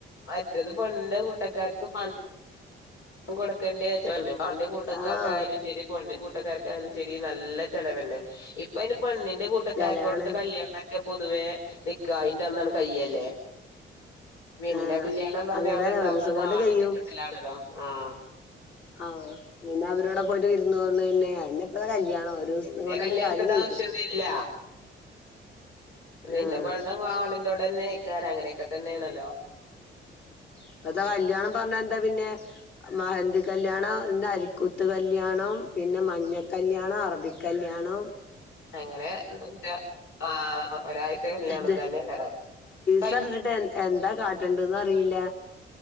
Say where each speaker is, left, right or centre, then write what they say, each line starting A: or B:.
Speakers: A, on the left (about 85°); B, on the left (about 60°).
A: മറ്റതും പെണ്ണിന്റെ കൂട്ടക്കാർക്കും കൊടുക്കണ്ടേച്ച് ണല്ലോ ഓന്റെ കൂട്ടക്കാർക്കായാലും
B: ആഹ്
A: ശരി പെണ്ണിന്റെ കൂട്ടക്കാർക്കായാലും ശരി. നല്ല ചെലവന്നെ ഇപ്പ അയിന് പെണ്ണിന്റെ കൂട്ടക്കാർക്ക്
B: ചെലവാണ്
A: കൊടുത്ത കല്യാണൊക്കെ പൊതുവേ നിക്കാഹിൻ്റെ അന്നാണ്ട് കയ്യല്ലേ പിന്നെ
B: ആഹ്
A: കല്യാണം പറഞ്ഞാണ്ട്
B: അങ്ങനെ തന്നെ
A: ഉണ്ടാവണത്
B: ഒരു ദിവസം കൊണ്ട്
A: ആണിന്റെ
B: കഴിയും
A: വീട്ടിലാണല്ലോ. ആഹ്
B: ആഹ് പിന്നെ അവരുടെ <unintelligible> വിരുന്ന് <unintelligible> കല്യാണം ഒരു ദിവസം
A: പിന്നെ
B: കൊണ്ട്
A: കല്യാണത്തിന്റെ
B: തന്നെ കാര്യം കഴിക്കും
A: ആവശ്യന്നുല്ല. പിന്നെ
B: ആഹ്
A: പെണ്ണ് ആണിൻ്റോടെ ന്നേയ്ക്കാരം. അങ്ങനെയൊക്കെ തന്നേണല്ലോ.
B: ഇപ്പത്ത കല്യാണം പറഞ്ഞ എന്താ പിന്നെ മെഹന്തി കല്യാണം അരിക്കൂത്ത് കല്യാണം പിന്നെ മഞ്ഞക്കല്യാണം, അറ ബി കല്യാണോം
A: അങ്ങനെ <unintelligible> ആഹ് ഒരാഴ്ച കല്യാണം
B: ഇത്
A: തന്നെ <unintelligible>
B: <unintelligible> എന്താ കാട്ടണ്ടന്ന് അറിയില്ല